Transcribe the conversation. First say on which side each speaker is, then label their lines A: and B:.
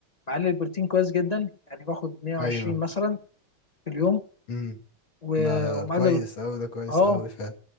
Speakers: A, on the left; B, on the left.
A: معلي البروتين كويس جدا يعني باخد 120
B: ايوه
A: مثلا في اليوم
B: امم
A: و-
B: ده
A: ومقلل
B: كويس قوي ده كويس
A: اه
B: قوي فعلا